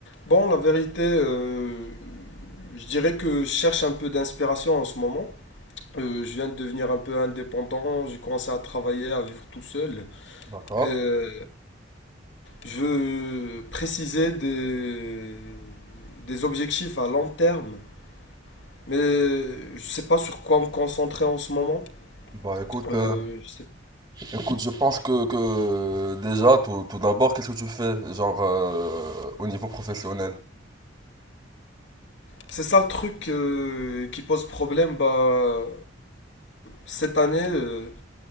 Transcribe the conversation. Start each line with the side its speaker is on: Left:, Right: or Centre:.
Left: Bon, la vérité, euh, je dirais que je cherche un peu d'inspiration en ce moment. Euh, je viens de devenir un peu indépendant, j'ai commencé à travailler, à vivre tout seul.
Right: D'accord.
Left: Euh, je veux préciser des, des objectifs à long terme, mais je ne sais pas sur quoi me concentrer en ce moment.
Right: Bah écoute,
Left: Euh,
Right: euh,
Left: je sais-
Right: écoute, je pense que, que déjà, tout, tout d'abord, qu'est-ce que tu fais, genre euh, au niveau professionnel?
Left: C'est ça le truc euh, qui pose problème. Bah, cette année, euh,